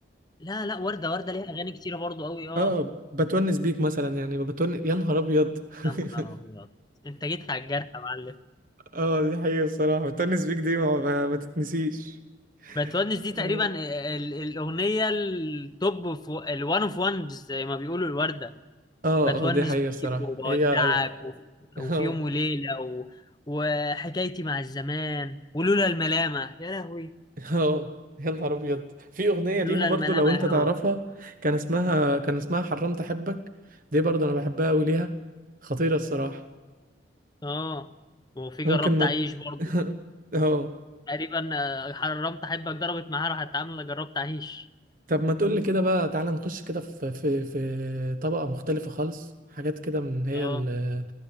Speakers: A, on the left; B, on the right.
A: لا لا ورده ورده ليها اغاني كتيره برضو قوي اه
B: اه بتونس بيك مثلا يعني بتون يا نهار ابيض <laughs>
A: يا نهار ابيض انت جيت على الجرح يا معلم
B: اه دي حقيقة الصراحة بتونس بيك دي ما, ما, ما تتنسيش
A: بتونس دي
B: اه
A: تقريبا ال- ال- الاغنيه التوب في الوان اوف وانز زي ما بيقولوا الورده
B: اه
A: بتونس
B: آه، دي حقيقة
A: بيك
B: الصراحة
A: وبودعك
B: هي هي-
A: و-
B: <laughs>
A: وفي
B: اه
A: يوم وليلة و... وحكايتي مع الزمان ولولا الملامة يا لهوي
B: اه يا نهار ابيض في اغنية ليها
A: لولا
B: برضو
A: الملامة
B: لو انت
A: يا
B: تعرفها
A: هوا
B: كان اسمها كان اسمها حرمت احبك دي برضو انا بحبها قوي ليها خطيرة الصراحة
A: اه وفي
B: ممكن
A: جربت
B: ما
A: أعيش برضه
B: <laughs> اه
A: تقريبا آه، حرمت أحبك ضربت معاها راحت عاملة جربت أعيش
B: طب ما تقولي كده بقى تعالى نخش كده في في في طبقة مختلفة خالص حاجات كده من هي
A: اه
B: ال